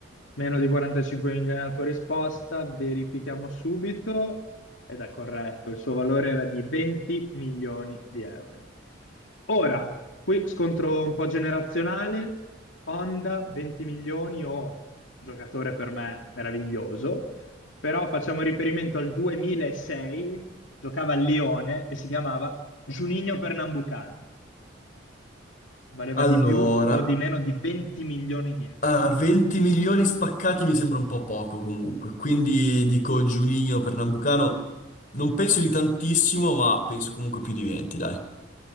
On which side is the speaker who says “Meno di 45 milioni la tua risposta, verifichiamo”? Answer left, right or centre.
Left